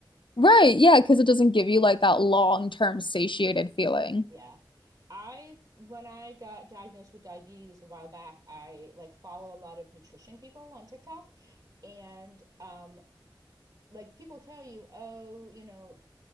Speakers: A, on the left (about 75°); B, on the right (about 50°).
A: Right. Yeah. Cause it doesn't give you like that long-term satiated feeling.
B: Yeah. I when I got diagnosed with diabetes a while back, I like follow a lot of nutrition people on TikTok and um like people tell you, oh, you know,